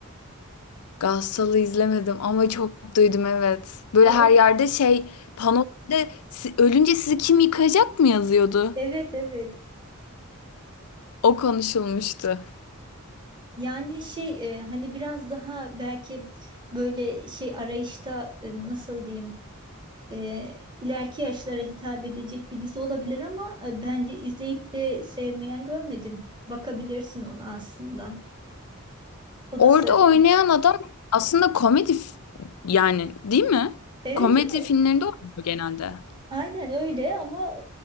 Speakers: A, on the left; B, on the right.
A: Gassal'ı izlemedim ama çok duydum evet. Böyle
B: Aa,
A: her
B: o-
A: yerde şey panolarda "Si- ölünce sizi kim yıkayacak mı yazıyordu.
B: evet evet.
A: O konuşulmuştu.
B: Yani şey e, hani biraz daha belki böyle şey arayışta e, nasıl diyeyim e, ileriki yaşlara hitap edecek bir dizi olabilir ama e, bence izleyip de sevmeyen görmedim. Bakabilirsin ona aslında. O
A: Orada
B: da sarıyor.
A: oynayan adam aslında komedi f- yani değil mi?
B: Evet
A: Komedi
B: evet.
A: filmlerinde oynuyor genelde.
B: Aynen öyle ama